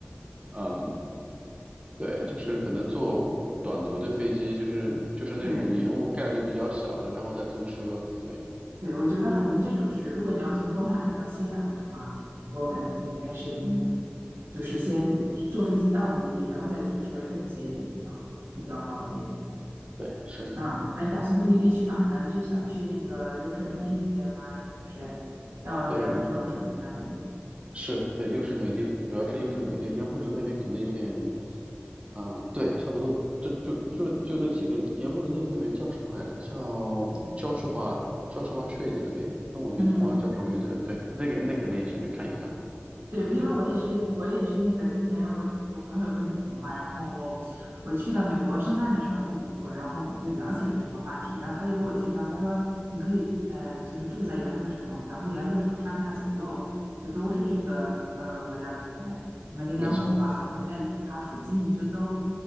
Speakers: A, on the right; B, on the right.
A: 嗯。对，就是可能坐短途的飞机，就是就是那种延误概率比较小的，
B: 对。
A: 然后再租车。对
B: 对，我觉得好像这种是，如果你要从东海岸到西海岸的话，我感觉应该是，嗯，就是先坐飞机到目的地，然后再租车，这一些也比较好比较方便。
A: 对是，
B: 啊、那你打算目的地去哪儿呢？你是想去那个优胜美地那边吗？就是到盐湖城附近那儿吗？
A: 对我们是对，又是美的，主要是又是美的，盐湖城那边可能有点，嗯，对，差不多，就就就就那几个盐湖城那个公园叫什么来着？叫焦树华焦树华 Tree 对不对？那我名忘了叫什么名字了。
B: 嗯，
A: 对，那个那个可能也想去看一看，
B: 对，
A: 是
B: 因为我也是，我也是那个今年我我朋友在美国嘛，然后我去到美国圣诞的时候在美国，然后我们就聊起来这个话题，然后他就给我介绍，他说你可以呃就是住在盐湖城，然后盐湖城上下左右就都是这个呃国家公园，什么羚羊谷啊，
A: 没错。
B: 好像在它附近就都，